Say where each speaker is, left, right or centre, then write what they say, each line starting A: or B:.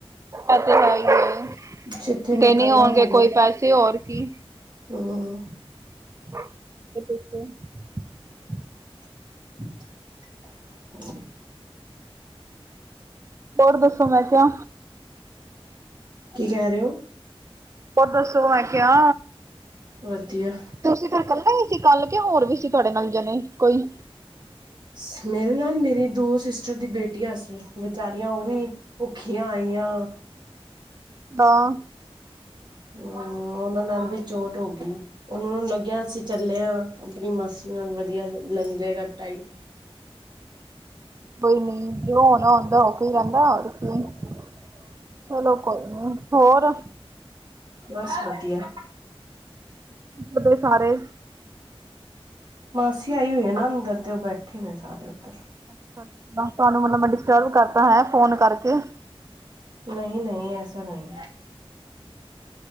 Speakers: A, on the right; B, on the right.
A: ਪੈਸੇ ਹੈ ਹੀ ਹੈ
B: ਜਿੱਥੇ ਨਿਕਲਨਾ
A: ਦੇਣੇ ਹੋਣਗੇ
B: ਹੋਵੇ
A: ਕੋਈ ਪੈਸੇ ਹੋਰ ਕੀ
B: ਹੂੰ
A: <inaudible>
B: <unintelligible>
A: ਹੋਰ ਦੱਸੋ ਮੈਂ ਕਿਆ
B: ਕੀ ਕੈ ਰੇ ਓਂ?
A: ਹੋਰ ਦੱਸੋ ਮੈਂ ਕਿਆ
B: ਵਦੀਆ।
A: ਤਸੀਂ ਫਿਰ ਕੱਲੇ ਈ ਸੀ ਕੱਲ ਕੇ ਹੋਰ ਵੀ ਸੀ ਤੁਆਡੇ ਨਾਲ ਜਨੇ ਕੋਈ।
B: ਸੀ ਮੇਰੇ ਨਾਲ ਮੇਰੀ ਦੋ ਸਿਸਟਰ ਦੀਆਂ ਬੇਟੀਆਂ ਸੀ। ਬਚਾਰੀਆਂ ਓਹ ਵੀ ਭੁੱਖੀਆਂ ਆਈਆਂ।
A: ਤਾਂ
B: ਹੂੰ ਓਨਾਂ ਨਾਲ ਵੀ ਚੋਟ ਹੋ ਗੀ। ਓਨਾਂ ਨੂੰ ਲੱਗੇਆ ਅਸੀਂ ਚੱਲੇ ਆਂ ਆਪਨੀ ਮਾਸੀ ਨਾਲ ਵਦੀਆ ਲੰਘ ਜਾਏਗਾ ਟਾਈਮ।
A: ਬਈ ਦੇਓ ਓਦਾਂ ਹੋ ਕੋਈ ਰੈਂਦਾ ਤੁਸੀਂ ਕੀ ਚਲੋ ਕੋਈ ਨੀ ਹੋਰ
B: ਬਸ ਵਦੀਆ‌।
A: ਜਦੋਂ ਸਾਰੇ
B: ਮਾਸੀ ਆਈ ਹੋਈ ਐ ਨਾ ਅੰਦਰ ਤੇ ਓਹ ਬੈਠੇ ਨੇ ਸਾਰੇ ਓਦਰ।
A: ਅੱਛਾ ਬਸ ਤਾਨੂੰ ਮਤਲਬ ਮੈਂ ਡਿਸਟਰਬ ਕਰਤਾ ਹੈਂ ਫੋਨ ਕਰਕੇ।
B: ਨਹੀਂ-ਨਹੀਂ ਐਸਾ ਨਈਂ ਐ।